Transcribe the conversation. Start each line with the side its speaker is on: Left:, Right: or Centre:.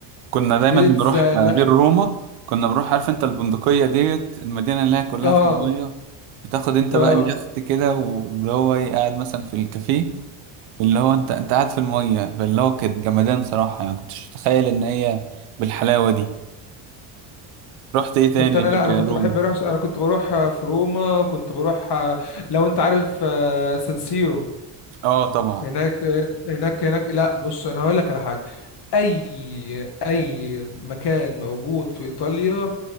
Right: كنا دايما
Left: بيتزا
Right: بنروح
Left: لا
Right: آه، غير روما كنا بنروح عارف انت البندقية ديت المدينة اللي هي كلها
Left: اه
Right: في المية بتاخد انت
Left: اه
Right: بقى اليخت كده واللي هو ايه قاعد مثلا في الكافيه واللي هو انت انت قاعد في المية فاللي هو كانت جمدان صراحة يعني كنتش متخيل ان هي بالحلاوة دي رحت ايه تاني
Left: كنت انا
Right: غير
Left: لا انا كنت
Right: روما
Left: بحب اروح انا كنت بروح آه، في روما كنت بروح آه، لو انت عارف آه، سانسيرو
Right: اه طبعا
Left: هناك آه، هناك هناك لا بص انا هقول لك على حاجة اي اي مكان موجود في ايطاليا